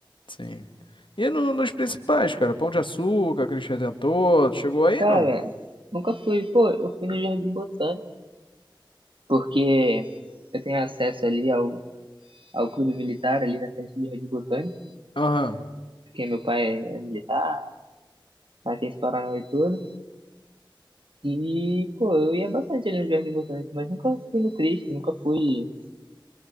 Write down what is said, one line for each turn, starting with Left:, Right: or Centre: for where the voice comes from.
Left: Sim. E no- nos principais, cara, Pão de Açúcar, Cristo Redentor, chegou aí,
Right: Cara,
Left: não?
Right: nunca fui. Pô, eu fui no Jardim Botânico, porque eu tenho acesso ali ao, ao clube militar, ali na frente do Jardim Botânico,
Left: Aham,
Right: porque meu pai é militar, aí tem esse Paranauê todo. E, pô, eu ia bastante ali no Jardim Botânico, mas nunca fui no Cristo, nunca fui.